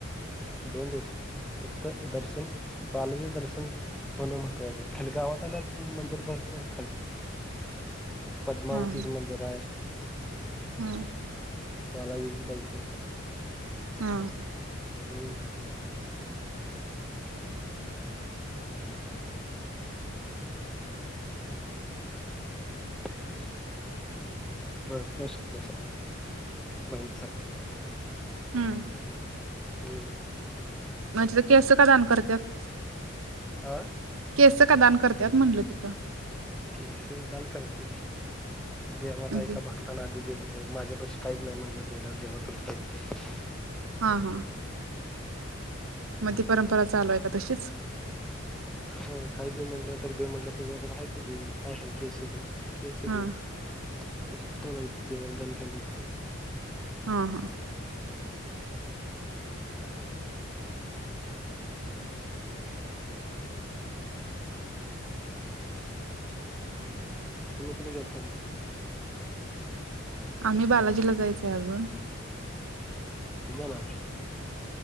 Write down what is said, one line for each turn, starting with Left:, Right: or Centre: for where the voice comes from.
Centre: दोन दिवसात फक्त दर्सन बालाजीच दर्सन होणं महत्त्वाचं आहे, खाली गावात आल्यावर पण मंदिर भरपूर आहेत खाली. पद्मावतीचं
Right: हा
Centre: मंदिर हायं.
Right: हा
Centre: बालाजीची बाईको
Right: हा
Centre: हम्. <inaudible> <unintelligible> प्लेस आहे बघण्यासारखे
Right: हम्म
Centre: हम्
Right: मग तिथं केस का दान करत्यात?
Centre: आ
Right: केसं का दान करत्यात म्हणलं तिथं.
Centre: केस दान करते देवाला
Right: म्हणजे
Centre: एका भक्ताना आधी दिल ते माझ्यापशी काहीच नाही म्हटलं देयाला देवा तुला काय देवू?
Right: हा हा मग ती परंपरा चालू आहे का तशीच?
Centre: हा काही देव म्हंटलं तर देव म्हनलं तुझ्याकडे हायत. दे काय आहे केसं दे, केसं
Right: हा
Centre: दे तसेच <inaudible> देवल दान का
Right: हा हा
Centre: <unintelligible> केस <inaudible> तुम्ही कुठं गेलताय नाय?
Right: आम्ही बालाजीला जायचा आहे अजून
Centre: कधी जाणार?